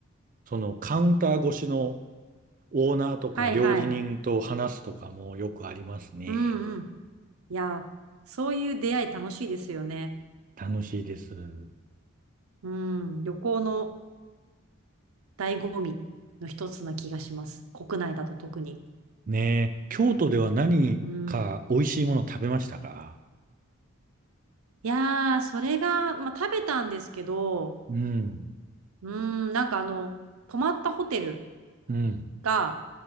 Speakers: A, on the right; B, on the right.
A: そのカウンター越しのオーナーとか料理人と話すとかもよくありますね。
B: はい、はい。うん、うん。いや、そういう出会い楽しいですよね。
A: 楽しいです。
B: うん。旅行の醍醐味の一つな気がします。国内だと特に。
A: ねえ、京都では何か美味しいもの食べましたか
B: うん。いやー、それが、まあ、食べたんですけど、
A: うん、
B: うーん、なんかあの、泊まったホテル
A: うん。
B: が、